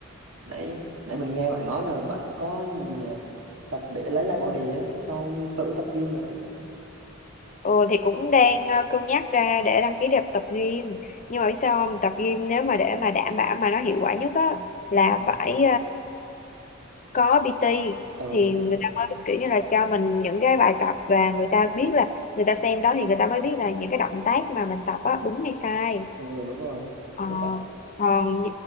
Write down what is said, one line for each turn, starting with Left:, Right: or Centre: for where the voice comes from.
Right: nãy nãy mình nghe bạn nói là bạn có gì tập để lấy lại body á xong tự tập gym nữa
Left: ừ, thì cũng đang ờ, cân nhắc ra để đăng ký đẹp tập gym nhưng mà biết sao không tập gym nếu mà để mà đảm bảo mà nó hiệu quả nhất á là
Right: ừ,
Left: phải có PT
Right: ừ
Left: thì
Right: đúng
Left: người
Right: rồi
Left: ta mới kiểu như là cho mình những cái bài tập và người ta biết là người ta xem đó thì người ta mới biết là những cái động tác mà mình tập á đúng hay sai
Right: ừ đúng rồi
Left: Ờ,
Right: Với lại-
Left: còn